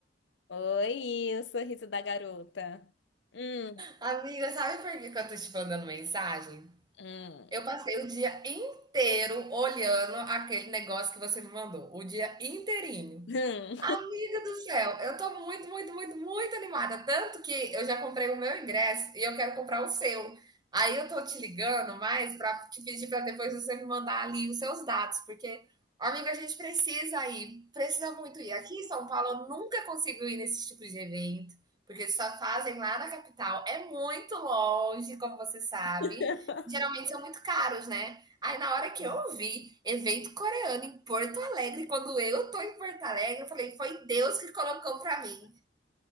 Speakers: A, on the left (about 75°); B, on the right (about 25°).
A: Oi, o sorriso da garota. Hum,
B: Amiga, sabe por que que eu tô te mandando mensagem?
A: hum,
B: Eu passei o dia inteiro olhando aquele negócio que você me mandou, o dia inteirinho.
A: hum.
B: Amiga do céu, eu tô muito, muito, muito, muito animada. Tanto que eu já comprei o meu ingresso e eu quero comprar o seu. Aí eu tô te ligando mais pra te pedir pra depois você me mandar ali os seus dados, porque, amiga, a gente precisa ir, precisa muito ir. Aqui em São Paulo eu nunca consigo ir nesse tipo de evento, porque eles só fazem lá na capital. É muito longe, como você sabe.
A: <laughs>
B: Geralmente são muito caros, né? Aí na hora que
A: Hum.
B: eu vi evento coreano em Porto Alegre, quando eu tô em Porto Alegre, eu falei, foi Deus que colocou pra mim.